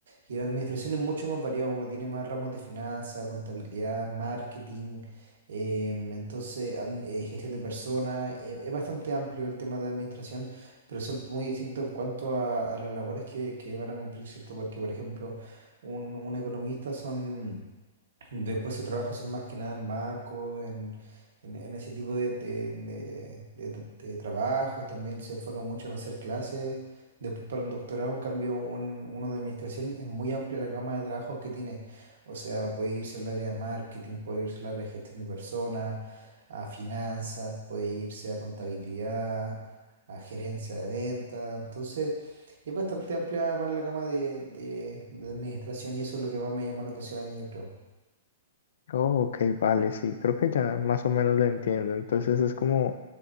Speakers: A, on the right; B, on the left.
A: Y la administración es mucho más variada, uno tiene más ramos de finanzas, contabilidad, marketing, em, entonces admi- eh, gestión de personas, eh, es bastante amplio el tema de administración, pero son muy distintos en cuanto a, a las labores que, que van a cumplir, ¿cierto? Porque, por ejemplo, un, un economista son Después sus trabajos son más que nada en banco, en, en- en ese tipo de, de- de- de tra- de trabajos. También se enfocan mucho en hacer clases. Después para un doctorado, en cambio, un- uno de administración es muy amplia la gama de trabajos que tiene. O sea, puede irse al área de marketing, puede irse al área de gestión de personas, a finanzas, puede irse a contabilidad, a gerencia de ventas. Entonces, es bastante amplia más la gama de, de de administración y eso es lo que más me llamó la atención a mí, yo creo.
B: Oh, ok, vale, sí, creo que ya más o menos lo entiendo. Entonces es como